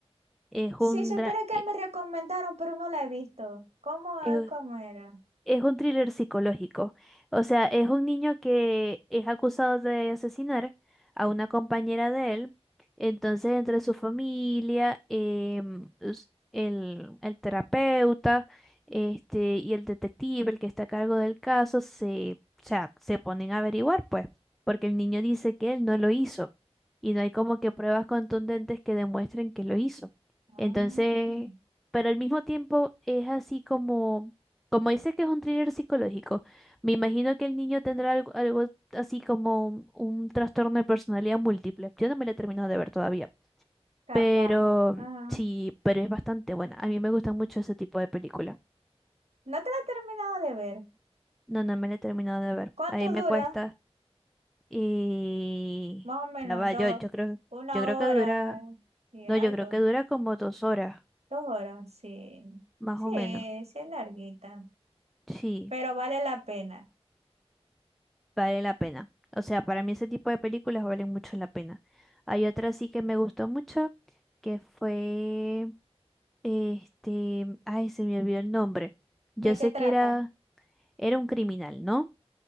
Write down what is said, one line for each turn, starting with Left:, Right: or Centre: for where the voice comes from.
Centre: Es
Right: Sí,
Centre: un
Right: supiera
Centre: dra-
Right: que
Centre: eh,
Right: me recomendaron, pero no la he visto. ¿Cómo, ah,
Centre: eh,
Right: cómo era?
Centre: Es un thriller psicológico. O sea, es un niño que es acusado de asesinar a una compañera de él. Entonces, entre su familia, em, s- el, el terapeuta, este, y el detective, el que está a cargo del caso, se, o sea, se ponen a averiguar, pues, porque el niño dice que él no lo hizo. Y no hay como que pruebas contundentes que demuestren que lo hizo.
Right: Mm,
Centre: Entonces, pero al mismo tiempo es así como como dice que es un thriller psicológico, me imagino que el niño tendrá algo, algo así como un, un trastorno de personalidad múltiple. Yo no me la he terminado de ver todavía,
Right: capaz.
Centre: pero
Right: Ajá.
Centre: sí, pero es bastante buena. A mí me gusta mucho ese tipo de película.
Right: No te la he terminado de ver.
Centre: No, no me la he terminado de ver.
Right: ¿Cuánto
Centre: A mí me
Right: dura?
Centre: cuesta y
Right: Más o menos
Centre: ya va,
Right: dos,
Centre: yo, yo creo,
Right: una
Centre: yo creo
Right: hora
Centre: que dura,
Right: y
Centre: no,
Right: algo,
Centre: yo creo que dura como dos horas,
Right: dos horas, sí.
Centre: más
Right: Sí,
Centre: o menos.
Right: sí es larguita,
Centre: Sí.
Right: pero vale la pena.
Centre: vale la pena. O sea, para mí ese tipo de películas valen mucho la pena. Hay otra sí que me gustó mucho, que fue, este, ay, se me olvidó el nombre. Yo
Right: ¿De
Centre: sé
Right: qué trata?
Centre: que era, era un criminal, ¿no?